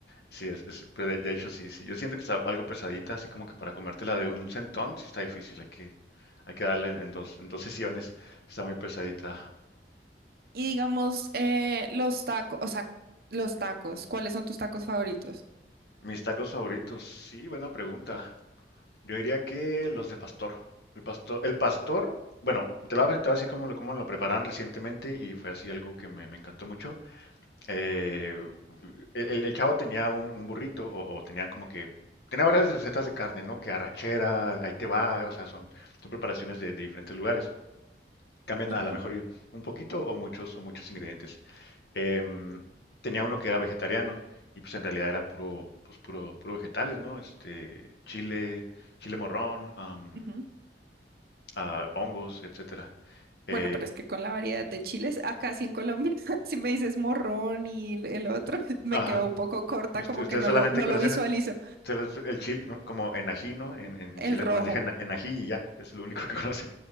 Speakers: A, on the left; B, on the right.
A: sí, es, es- pero de, de hecho sí, sí. Yo siento que está algo pesadita, así como que para comértela de un centón, sí está difícil, hay que, hay que darle en, en dos, en dos sesiones, está muy pesadita.
B: y digamos eh, los tacos, o sea, los tacos. ¿Cuáles son tus tacos favoritos?
A: Mis tacos favoritos, sí, buena pregunta. Yo diría que los de pastor. El pastor, el pastor, bueno, te lo voy a te voy a decir cómo lo, cómo lo preparan recientemente y fue así algo que me, me encantó mucho. Eh, el, el- chavo tenía un, un burrito o, o tenía como que, tenía varias recetas de carne, ¿no? Que arrachera, ahí te va, o sea, son, son preparaciones de, de diferentes lugares. Cambian
B: Ujú,
A: a lo mejor un poquito o muchos, o muchos ingredientes. Em, tenía uno que era vegetariano y pues en realidad era puro, pues puro, puro vegetales, ¿no? Este, chile, chile morrón, am,
B: ujú.
A: ah, hongos, etcétera. Eh,
B: Bueno, pero es que con la variedad de chiles, acá sí en Colombia, <laughs> si me dices morrón y el el otro, <laughs> me
A: ajá.
B: quedo un poco corta,
A: Usted-
B: como
A: ustedes
B: que no
A: solamente
B: lo, no
A: conocen
B: lo visualizo.
A: el, ustedes el chile, ¿no? como enají, ¿no? En, en- en
B: El
A: Chile
B: rojo.
A: nomás dije ena- enají y ya, es lo único que <laughs> conocen.